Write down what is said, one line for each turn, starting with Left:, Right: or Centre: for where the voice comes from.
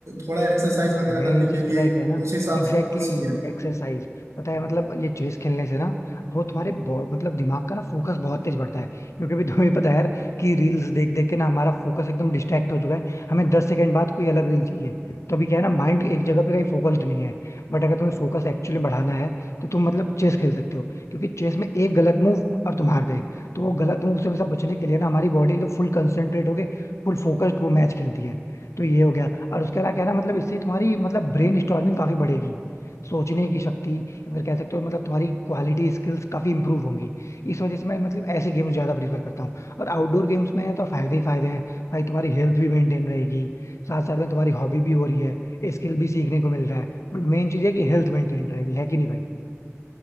Right: थोड़ा एक्सरसाइज वगैरह
Left: मेन
Right: करने
Left: चीज
Right: के लिए
Left: पता है क्या है ना
Right: उस हिसाब
Left: Exactly
Right: से बहुत सही
Left: exactly,
Right: है
Left: exercise पता है मतलब ये चेस खेलने से ना वो तुम्हारे बो- मतलब दिमाग का ना फोकस बहुत तेज बढ़ता है क्योंकि अभी तुम्हें पता है यार कि रील्स देख देख के ना हमारा फोकस एकदम डिस्ट्रैक्ट हो चुका है हमें दस सेकंड बाद कोई अलग रील चाहिए तो अभी क्या है ना माइंड एक जगह पे कहीं फोकस्ड नहीं है बट अगर तुम्हें फोकस एक्चुअली बढ़ाना है तो तुम मतलब चेस खेल सकते हो क्योंकि चेस में एक गलत मूव और तुम हार गए तो वो गलत मूव से हमेशा बचने के लिए ना हमारी बॉडी एकदम फुल कंसंट्रेट होके फुल फोकस्ड वो मैच खेलती है तो ये हो गया और उसके अलावा क्या है ना मतलब इससे तुम्हारी मतलब ब्रेन स्टॉर्मिंग काफी बढ़ेगी सोचने की शक्ति या फिर कह सकते हो मतलब तुम्हारी क्वालिटी स्किल्स काफी इंप्रूव होंगी इस वजह से मैं मतलब ऐसे गेम्स ज्यादा प्रीफर करता हूँ और आउटडोर गेम्स में है तो फायदे ही फायदे हैं भाई तुम्हारी हेल्थ भी मेंटेन रहेगी साथ साथ में तुम्हारी हॉबी भी हो रही है स्किल भी सीखने को मिल रहा है बट मेन चीज है कि हेल्थ मेंटेन रहेगी है कि नहीं भाई